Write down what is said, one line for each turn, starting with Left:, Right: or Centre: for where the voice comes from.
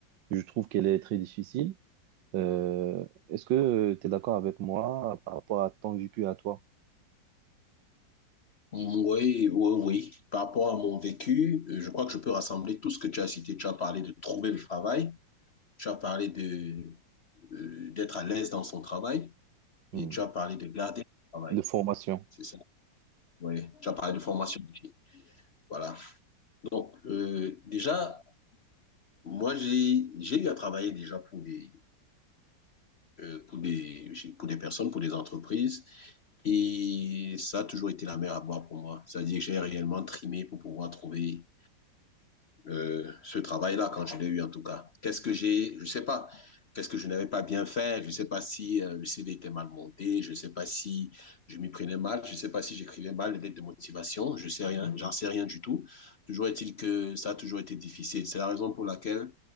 Right: je trouve qu'elle est très difficile. Euh, est-ce que tu es d'accord avec moi par rapport à ton vécu à toi,
Left: Oui, oui, oui. Par rapport à mon vécu, euh, je crois que je peux rassembler tout ce que tu as cité. Tu as parlé de trouver le travail, tu as parlé de euh, d'être à l'aise dans son travail
Right: Hmm.
Left: et tu as parlé de garder son travail.
Right: de formation?
Left: C'est ça. Oui. Tu as parlé de formation aussi. Voilà. Donc, euh, déjà, moi, j'ai j'ai eu à travailler déjà pour des euh, pour des pour des personnes, pour des entreprises et ça a toujours été la mer à boire pour moi. C'est-à-dire que j'ai réellement trimé pour pouvoir trouver euh, ce travail-là quand je l'ai eu en tout cas. Qu'est-ce que j'ai, je sais pas, qu'est-ce que je n'avais pas bien fait, je sais pas si euh, le CD était mal monté, je sais pas si je m'y prenais mal, je sais pas si j'écrivais mal les lettres de motivation, je sais rien, j'en sais rien du tout. Toujours est-il que ça a toujours été difficile. C'est la raison pour laquelle